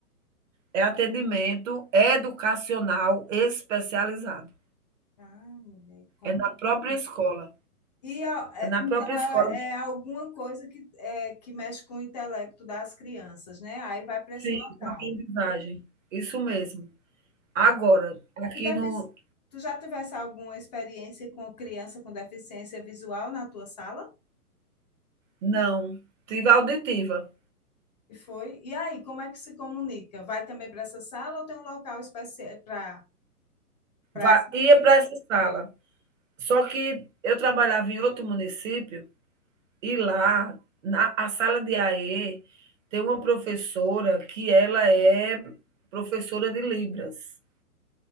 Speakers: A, on the right; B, on the left.
A: é atendimento educacional especializado.
B: Ah, mulher, como?
A: É na própria escola.
B: E, a- é,
A: É na
B: então,
A: própria
B: é,
A: escola que
B: é alguma coisa que, é, que mexe com o intelecto das crianças, né? Aí vai para esse
A: fica
B: local.
A: a aprendizagem. Isso mesmo. Agora,
B: Ah,
A: aqui
B: e defici-
A: no
B: tu já tivesse alguma experiência com criança com deficiência visual na tua sala?
A: não, tive auditiva.
B: E foi. E aí, como é que se comunica? Vai também para essa sala ou tem um local especial para para
A: Va
B: essa?
A: ia para essa sala. Só que eu trabalhava em outro município e lá, na a sala de AE, tem uma professora que ela é professora de Libras.